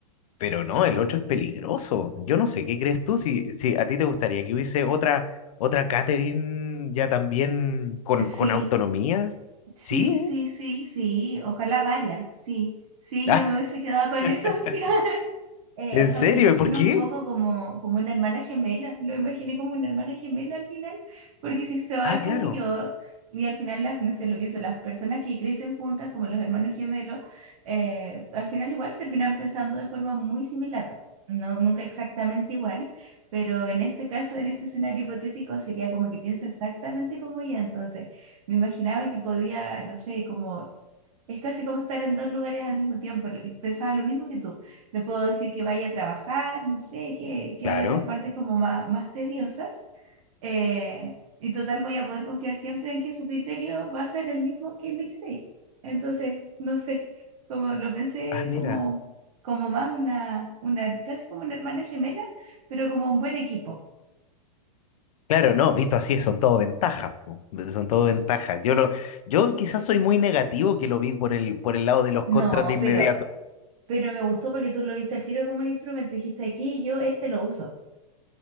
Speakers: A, on the left; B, on the right.
A: Pero no, el otro es peligroso. Yo no sé, ¿qué crees tú? Si, si a ti te gustaría que hubiese otra, otra Catherine ya también con,
B: Sí,
A: con autonomías.
B: sí,
A: ¿Sí?
B: sí, sí, sí, ojalá varias, sí, sí,
A: Ah,
B: yo me hubiese quedado con
A: <laughs>
B: esas. <laughs> eh,
A: ¿En
B: o sea,
A: serio?
B: me lo imagino
A: ¿Por qué?
B: un poco como, como una hermana gemela, lo imaginé como una hermana gemela al final, porque si se va
A: Ah,
B: a ver
A: claro,
B: como yo, y al final, las- no sé, lo pienso, las personas que crecen juntas como los hermanos gemelos, eh, al final igual terminan pensando de forma muy similar, no, nunca exactamente igual, pero en este caso, en este escenario hipotético, sería como que piensa exactamente como ella, entonces me imaginaba que podía, no sé, como es casi como estar en dos lugares al mismo tiempo. le- Pensaba lo mismo que tú. Le puedo decir que vaya a trabajar, no sé, que, que
A: claro.
B: haga las partes como más, más tediosas. eh, y total, voy a poder confiar siempre en que su criterio va a ser el mismo que mi criterio. Entonces, no sé, como lo pensé
A: Ah, mira.
B: como, como más una, una, casi como una hermana gemela, pero como un buen equipo.
A: Claro, no, visto así son todo ventajas, po, son todo ventajas. Yo lo, yo quizás soy muy negativo que lo vi por el, por el lado de los
B: No,
A: contras de inmediato.
B: pero, pero me gustó porque tú lo viste al tiro como un instrumento. Dijiste aquí, yo este lo uso.